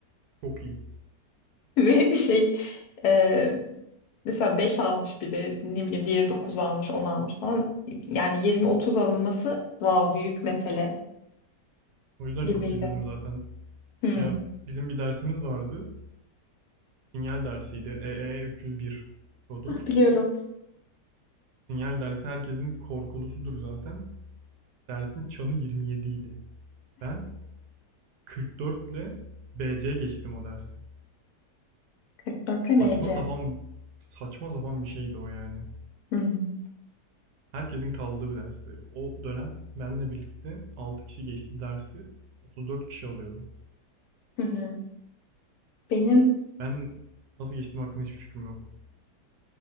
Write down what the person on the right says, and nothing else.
Çok iyi.
O yüzden
çok iyi dedim zaten.
Ya bizim bir dersimiz vardı. Sinyal dersiydi. EE 301 kodu.
Sinyal dersi herkesin korkulusudur zaten. Dersin çanı 27 idi. Ben 44 ile BC geçtim o dersi.
Saçma sapan saçma sapan bir şeydi o yani.
Herkesin kaldığı bir dersti. O dönem benle birlikte 6 kişi geçti dersi. 34 kişi alıyordu.
Ben nasıl geçtiğim hakkında hiçbir fikrim yok.